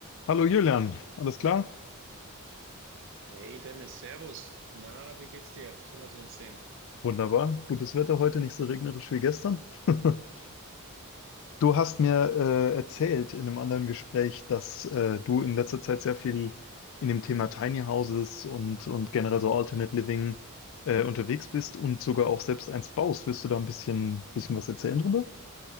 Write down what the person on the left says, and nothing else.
Hallo Julian, alles klar?
Wunderbar. Gutes Wetter heute, nicht so regnerisch wie gestern. <laughs> Du hast mir äh, erzählt in einem anderen Gespräch, dass äh, du in letzter Zeit sehr viel in dem Thema Tiny Houses und, und generell so Alternate Living äh, unterwegs bist und sogar auch selbst eins baust. Willst du da ein bisschen, bisschen was erzählen drüber?